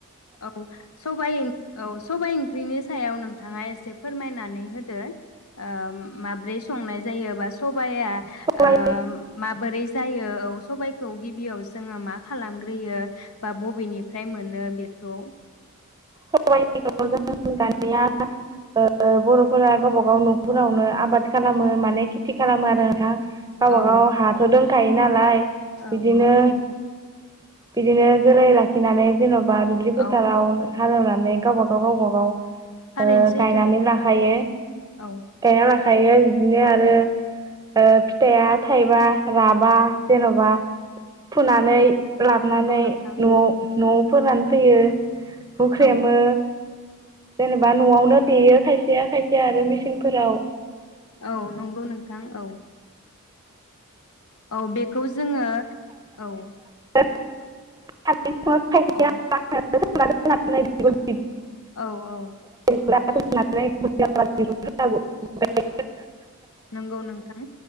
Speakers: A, on the left; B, on the right.
A: औ सबाय औ सबाय‌ ओंख्रिनि सायाव नोंथाङा एसे एसे फोरमायनानै होदो ओ माब्रै संनाय जायोबा सबाया
B: नोंथां।
A: ओ माबोरै जायो औ सबाइखौ गिबियाव जोङो मा खालामग्रोयो। बा बबेनिफ्राय मोनो बेखौ
B: सबायखौ जों दानिया ओ बरफोरा गावबा गाव नखरावनो आबाद खालामो माने खेथि खालामो आरो। <unintelligible> गावबा
A: औ
B: गाव हाथ दं गायो नालाय
A: औ
B: बिदिनो
A: नंगौ नोंथां।
B: बिदिनो जोलै लाखिनानै जेनबा बा दुब्लि फोथारावनो
A: औ
B: हालेवनानै गावब गाव गावब गाव ओ
A: थारैनो सैथो
B: गायनानै
A: नों
B: लाखायो
A: औ
B: गायना लाखा खायो बिदिनो आरो ओ फिथाइया थाइबा राबा जेन'बा फुनानै लाबनानै
A: नंगौ नोंथां
B: न'आव न'आव फोरान फैयो होख्रेमो
A: औ
B: जेनेबा न'आवनो देयो खायसेया खायसेया आरो मेसिंफोराव
A: औ नंगौ नोंथां औ औ बेखौ जोङो औ
B: <unintelligible> <unintelligible>
A: औ
B: <unintelligible>
A: औ औ
B: <unintelligible>
A: नंगौ नोंथां